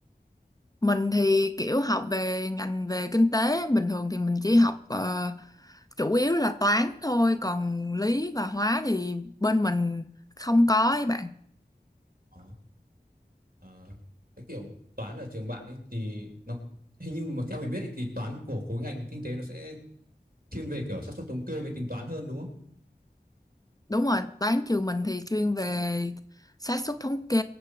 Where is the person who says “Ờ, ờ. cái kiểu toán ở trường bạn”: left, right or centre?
Right